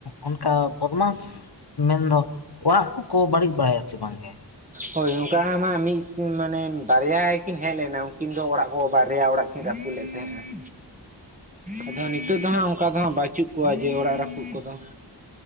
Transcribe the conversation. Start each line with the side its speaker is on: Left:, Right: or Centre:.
Left: ᱚᱱᱠᱟ ᱵᱚᱫᱢᱟᱥ ᱢᱮᱱᱫᱚ ᱚᱲᱟᱜ ᱠᱚᱠᱚ ᱵᱟᱹᱲᱤᱡ ᱵᱟᱲᱟᱭᱟ ᱥᱮ ᱵᱟᱝ ᱜᱮ? <inaudible>
Right: ᱦᱳᱭ ᱚᱱᱠᱟ ᱢᱟ ᱢᱤᱫ ᱢᱟᱱᱮ ᱵᱟᱨᱭᱟ ᱠᱤᱱ ᱦᱮᱡ ᱞᱮᱱᱟ ᱩᱱᱠᱤᱱ ᱫᱚ ᱚᱲᱟᱜ ᱠᱚ ᱵᱟᱨᱭᱟ ᱚᱲᱟᱜ ᱠᱤ- ᱱ ᱨᱟᱹᱯᱩᱫ ᱞᱮᱫ ᱛᱟᱦᱮᱸᱜ ᱼ ᱟ ᱟᱫᱚ ᱱᱤᱛᱚᱜ ᱫᱚ ᱦᱟᱸᱜ ᱚᱱᱠᱟ ᱫᱚ ᱦᱟᱸᱜ ᱵᱟᱪᱩᱜ ᱠᱚᱣᱟ ᱡᱮ ᱚᱲᱟᱜ ᱨᱟᱹᱯᱩᱫ ᱠᱚᱫᱚ